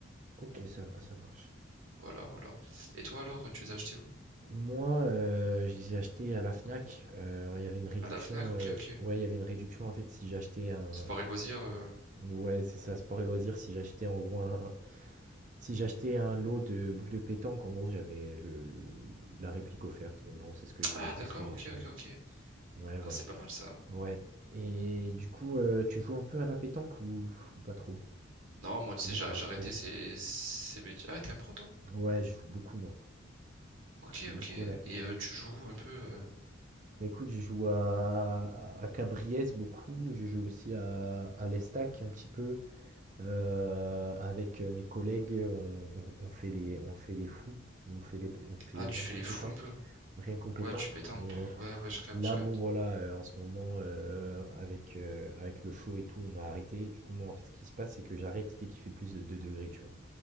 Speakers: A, on the right; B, on the right.
A: OK, ça va, ça marche.
B: Voilà, voilà. Et toi alors, tu les as achetés où?
A: Moi, heu, je les ai achetés à la Fnac, heu, il y avait une réduction,
B: À la Fnac, ok,
A: heu,
B: ok.
A: ouais, il y avait une réduction en fait si j'achetais un
B: Sport et loisirs. euh,
A: ouais, c'est ça, sport et loisirs, si j'achetais en gros un si j'achetais un lot de boules de pétanque, en gros, j'avais le le la réplique offerte, donc bon, c'est ce que j'ai
B: Ah,
A: c'est
B: d'accord,
A: ce que j'ai
B: ok,
A: fait,
B: ok,
A: ouais.
B: ok.
A: Ouais, voilà.
B: Ah, c'est pas mal ça.
A: Ouais et du coup, heu, tu joues un peu à la pétanque ou ou pas trop?
B: Non,
A: Parce
B: moi,
A: que
B: tu sais,
A: moi,
B: j'ai
A: je suis un
B: j'ai
A: pro,
B: arrêté
A: hein.
B: ces, ces bêtises. Ah, t'es un pro, toi?
A: Ouais, je joue beaucoup moi,
B: Ok,
A: je joue
B: ok.
A: beaucoup à la pétanque.
B: Et euh, tu joues un peu. euh,
A: Bah, écoute, je joue à à Cabriès beaucoup, je joue aussi à à l'Estac un petit peu. Heu, avec, euh, mes collègues, on on on fait les on fait les fous, on fait les on fait
B: Ah, tu
A: rien
B: fais
A: qu'au
B: les
A: pétanque
B: fous un peu.
A: rien qu'au pétanque,
B: Ouais, tu pétanques.
A: mais
B: Ouais, ouais, je capte,
A: là,
B: je capte.
A: bon, voilà, heu, en ce moment, heu, avec, heu, avec le chaud et tout, on a arrêté. Du coup, moi, en fait, ce qui se passe, c'est que j'arrête dès qu'il fait plus de 2 degrés, tu vois?